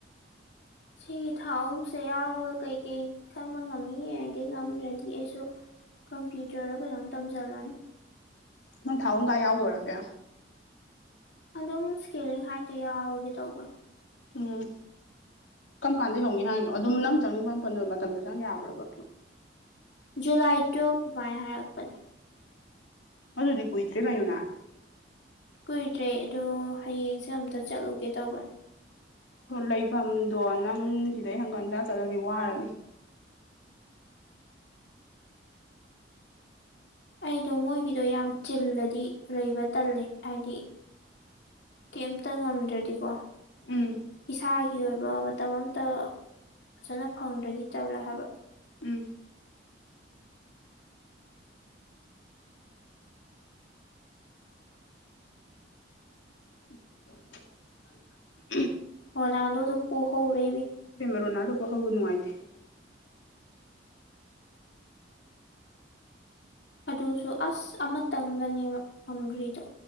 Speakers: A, on the left; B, on the left.
A: ꯁꯤꯒꯤ ꯊꯥ ꯑꯍꯨꯝꯁꯦ ꯌꯥꯎꯔꯒ ꯀꯩꯀꯩ ꯈꯟꯕ ꯉꯝꯃꯤ ꯌꯦꯡꯒꯦ ꯉꯝꯗ꯭ꯔꯗꯤ ꯑꯩꯁꯨ ꯀꯝꯄ꯭ꯌꯨꯇꯔ ꯔ ꯀꯩꯅꯣꯝ ꯇꯝꯁꯤꯜꯂꯅꯤ
B: ꯅꯪ ꯊꯥꯍꯨꯝ ꯀ ꯌꯥꯎꯗꯨꯏꯔꯣ ꯑꯗꯨꯗꯤ
A: ꯑꯗꯨꯝ ꯏꯁꯀꯦꯂꯤꯡ ꯍꯥꯏꯗ ꯌꯥꯎꯔꯒꯦ ꯇꯧꯕ
B: ꯎꯝ ꯀꯔꯝ ꯀꯥꯟꯗꯩ ꯍꯧꯅꯤ ꯍꯥꯏꯅꯣ ꯑꯗꯨꯝ ꯅꯪ ꯆꯪꯅꯤꯡꯕ ꯃꯇꯝꯗ ꯆꯪ ꯌꯥꯕ꯭ꯔꯕ
A: ꯖꯨꯂꯥꯏ ꯇꯨꯌꯦꯞ ꯑꯗꯨꯃꯥꯏ ꯍꯥꯏꯔꯛꯄꯅꯦ
B: ꯑꯗꯨꯗꯤ ꯀꯨꯏꯗ꯭ꯔꯦ ꯀꯩꯅꯣ ꯅꯪ
A: ꯀꯨꯏꯗ꯭ꯔꯦ ꯑꯗꯣ ꯍꯌꯦꯡꯁꯦ ꯑꯝꯇ ꯆꯠꯂꯨꯒꯦ ꯇꯧꯕꯅꯦ
B: ꯂꯩꯐꯝꯗꯣ ꯅꯪ ꯁꯤꯗꯩ ꯍꯪꯀꯟꯗ ꯆꯠꯂꯗꯤ ꯋꯥꯔꯅꯤ
A: ꯑꯩꯗꯣ ꯃꯣꯏꯒꯤꯗꯣ ꯌꯥꯝ ꯆꯤꯜꯂꯗꯤ ꯂꯩꯕ ꯇꯜꯂꯦ ꯍꯥꯏꯗꯤ ꯀꯩꯝꯇ ꯉꯝꯗ꯭ꯔꯗꯤꯀꯣ
B: ꯎꯝ
A: ꯏꯁꯥꯒꯤ ꯑꯣꯏꯕ ꯃꯇꯝ ꯑꯝꯇ ꯐꯖꯅ ꯐꯪꯗ꯭ꯔꯗꯤ ꯇꯜꯂꯦ ꯍꯥꯏꯕ
B: ꯎꯝ <unintelligible>
A: <unintelligible>
B: <unintelligible>
A: ꯔꯣꯅꯥꯟꯗꯣ ꯗꯨ ꯄꯣ ꯍꯧꯔꯦ
B: ꯏꯕꯦꯝꯃ ꯔꯣꯅꯥꯜꯗꯣ ꯄꯣꯍꯧꯕ ꯅꯨꯉꯥꯢꯇꯦ
A: ꯑꯗꯨꯁꯨ ꯑꯁ ꯑꯃꯇꯪꯗꯅꯦꯕ ꯉꯝꯈ꯭ꯔꯤꯗꯣ